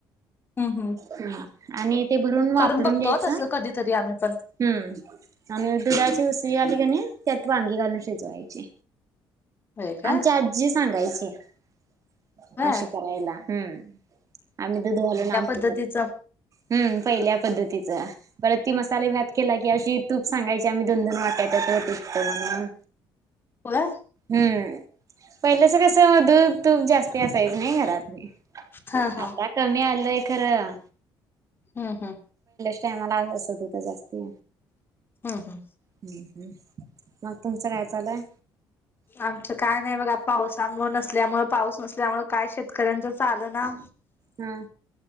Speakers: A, on the left; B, on the right.
A: हम्म हम्म
B: हम् आणि ते भरून वाफवून
A: करून बघतो
B: घ्यायच
A: तसं
B: हम्म
A: कधीतरी आम्ही पण
B: आणि दुधाची उसळी आली क नाही त्यात वांगी घालून शिजवायची
A: होय काय
B: आमची आजी सांगायची हम
A: होय
B: अशी करायला हम्म आम्ही दूध घालून आमटी
A: पद्धतीचा
B: हम् पहिल्या पद्धतीच परत ती मसाले भात केला की अशी तूप सांगायची आम्ही दोन दोन वाटाय त्यात तूपत म्हण
A: होय
B: हम् पहिल्याच कसं दूध तूप जास्ती असायचं नाही घरात नी
A: हा हा
B: आता कमी आलय अ खरां
A: हम्म हम्म
B: यमाला असं दुध जास्त हो
A: हम्म हम्म
B: हम् ह मग तुमचं काय चालंय
A: आमचं काय नाही बघा पावसामुळे न असल्यामुळे पाऊस नसल्यामुळे काय शेतकऱ्यांच चालं ना
B: हा